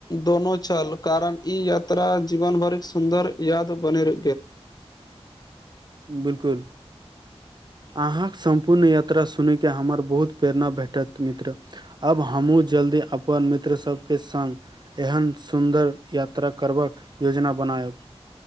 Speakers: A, on the left; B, on the right.
A: दोनो छल कारण ई यत तरा जीवन भरिक सुन्दर याद बनैर
B: बिलकुल अहाँक सम्पूर्ण यात्रा सुनैके हमर बहुत प्रेरणा भेटत मित्र आब हमहूँ जल्दी अपन मित्रसभके संग एहन सुन्दर यात्रा करबाक योजना बनायब